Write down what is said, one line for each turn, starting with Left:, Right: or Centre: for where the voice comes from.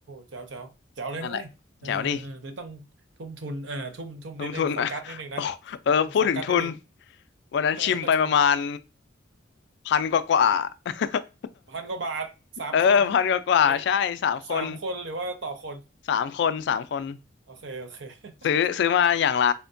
Right: แจ๋วแจ๋วแจ๋วเลยนุ้ยเออเออเออเลยต้องทุ่มทุนเออทุ่มทุ่มนิดนึงโฟกัสนิดนึงนะ
Left: นั่นแหละแจ๋วนี่ลงทุน <laughs> อ่ะโอ้เออพูดถึงทุน
Right: ต้องโฟกัสนิดนึง <laughs>
Left: วันนั้นชิมไปประมาณ
Right: เออทุน
Left: พันกว่ากว่า <laughs>
Right: พันกว่าบาทสามคน
Left: เออพันกว่ากว่าใช่สามคน
Right: หรือสามคนหรือว่าต่อคน
Left: สามคนสามคน
Right: โอเคโอเค <laughs>
Left: ซื้อซื้อมาอย่างละ